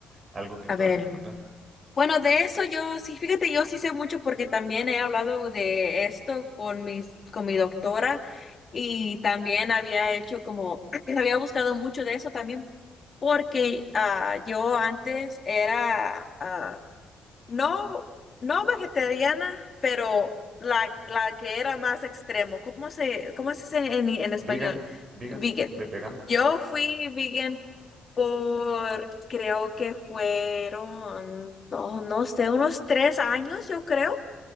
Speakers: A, on the right; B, on the left.
A: algo que
B: A
A: me puedas
B: ver.
A: recomendar.
B: Bueno, de eso yo sí, fíjate, yo sí sé mucho porque también he hablado de esto con mis, con mi doctora y también había hecho como, <clears throat> había buscado mucho de eso también porque ah, yo antes era, ah, no, no vegetariana, pero la, la que era más extremo. ¿Cómo se, cómo se dice en, en español?
A: Vegan, vegan,
B: Vegan.
A: ve- vegana.
B: Yo fui vegan por, creo que fueron, no, no sé, unos tres años, yo creo,